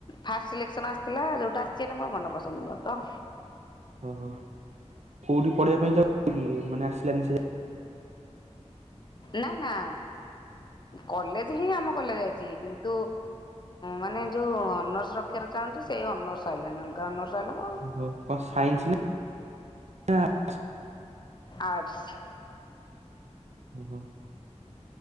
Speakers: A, on the left; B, on the right.
A: ଫାଷ୍ଟ ସିଲେକ୍ସନ୍ ଆସିଥିଲା ଯୋଉଁଟା ଆସିଛି ସେଇଟା ମୋର ମନ ପସନ୍ଦ ନୁହଁ ତ
B: ଓହୋ କୋଉଠି ପଢିବା ପାଇଁ ଚାହୁଥିଲେ କି ମାନେ ଆସିଲାନି ସେ
A: ନା ନା କଲେଜ ହିଁ ଆମ କଲେଜ ଆଇଛି କିନ୍ତୁ ମାନେ ଯୋଉ ଅନର୍ସ ରଖିବାର ଚାହୁଁଛି ସେଇ ଅନର୍ସ ଆଇଲାନି ଅଲଗା ଅନର୍ସ ଆଇଲା ତ
B: ଓ ହୋ କଣ ସାଇନ୍ସ ନା ନା
A: ଆର୍ଟ୍ସ।
B: ଓ ହୋ।